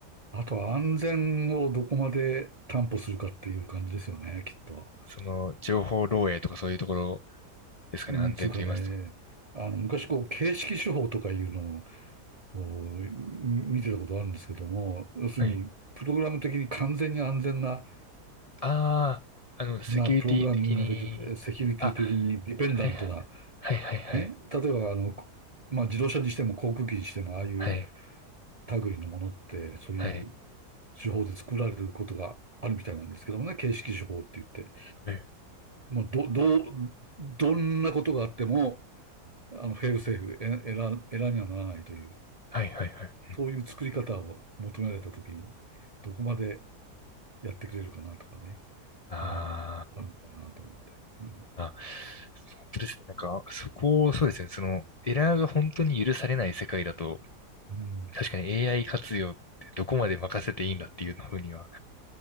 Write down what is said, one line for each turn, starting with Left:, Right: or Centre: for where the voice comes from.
Right: あとは安全をどこまで担保するかっていう感じですよね、きっと。
Left: その、情報漏洩とかそういうところですかね、
Right: うん、
Left: 安全と言いますと。
Right: というかね、あの、昔こう、形式手法とかいうのをこう見てたことあるんですけども、要するに、
Left: はい。
Right: プログラム的に完全に安全な、
Left: ああ、あの、セキュリティ的に、
Right: な、プログラミングができる、セキュリティ的にディペンダントな、
Left: あ、はいはいはいはい。
Right: ね、例えばあの、まあ、自動車にしても航空機にしても、ああいう
Left: はい。
Right: 類のものって、そういう
Left: はい。
Right: 手法で作られることがあるみたいなんですけどもね、形式手法って言って、
Left: はい。
Right: もうど、どう、どんなことがあっても、あの、フェールセーフ、エラ、エラにはならないという、
Left: はいはいはい。
Right: そういう作り方を求められたときに、どこまでやってくれるかなとかね、
Left: あ
Right: うん、あるのかなと思って。うん、
Left: ーあ。本当ですね。なんか、そこを、そうですね。その、エラーが本当に許されない世界だと、
Right: うん、
Left: 確かに AI 活用ってどこまで任せていいんだっていうふうには、